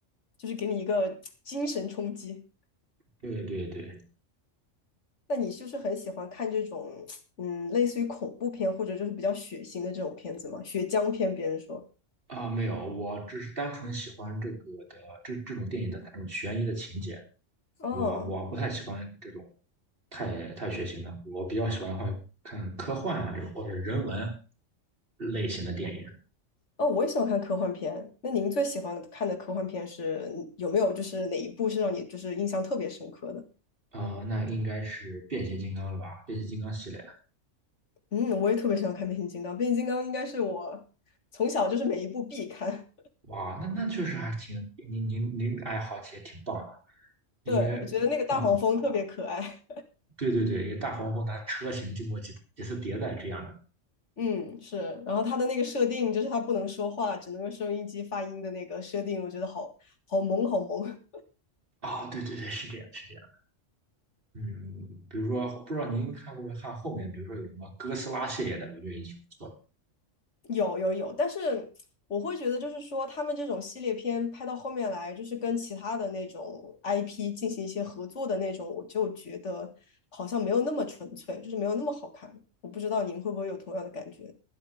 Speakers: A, on the left; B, on the right.
A: 就是给你一个精神冲击。
B: 对对对，
A: 那你是不是很喜欢看这种，嗯，类似于恐怖片或者就是比较血腥的这种片子吗？血浆片，别人说。
B: 啊，没有，我只是单纯喜欢这个的这这种电影的它这种悬疑的情节，
A: 哦
B: 我我不太喜欢这种太太血腥了。我比较喜欢看科幻啊这种或者人文类型的电影。
A: 哦，我也喜欢看科幻片。那您最喜欢看的科幻片是有没有就是哪一部是让你就是印象特别深刻的？
B: 啊，那应该是变形金刚了吧？变形金刚系列。
A: 嗯，我也特别喜欢看变形金刚，变形金刚应该是我从小就是每一部必看。
B: 哇，那那确实还挺，您您您爱好其实挺棒的，
A: <laughs>
B: 因为
A: 对，我觉得那个大黄蜂特别可爱。
B: 啊、对对对，一个大黄蜂它车型经过几几次迭代这样的。
A: 嗯，是。然后它的那个设定就是它不能说话，只能用收音机发音的那个设定，我觉得好好萌，好萌。
B: 啊，对对对，是这样，是这样。嗯，比如说，不知道您看过没看后面，比如说有什么哥斯拉系列的，我觉得也挺不错的。
A: 有有有，但是我会觉得，就是说他们这种系列片拍到后面来，就是跟其他的那种 IP 进行一些合作的那种，我就觉得好像没有那么纯粹，就是没有那么好看。我不知道您会不会有同样的感觉？